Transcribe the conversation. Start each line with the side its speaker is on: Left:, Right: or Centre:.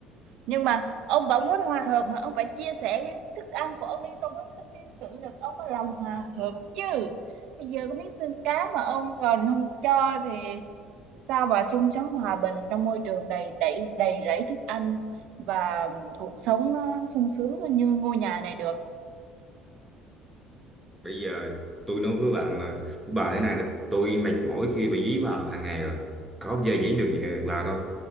Right: nhưng mà ông bảo muốn hòa hợp mà ông phải chia sẻ cái thức ăn của ông đi tôi mới cứ tin tưởng được ông có lòng hòa hợp chứ bây giờ có miếng xương cá mà ông còn không cho thì sao mà chung sống hòa bình trong môi trường đầy đầy đầy rẫy thức ăn và cuộc sống nó sung sướng như ngôi nhà này được
Centre: bây giờ tôi nói với bạn là với bà thế này là tôi mệt mỏi khi phải dí bà hàng ngày rồi có bao giờ dí được nhà bà đâu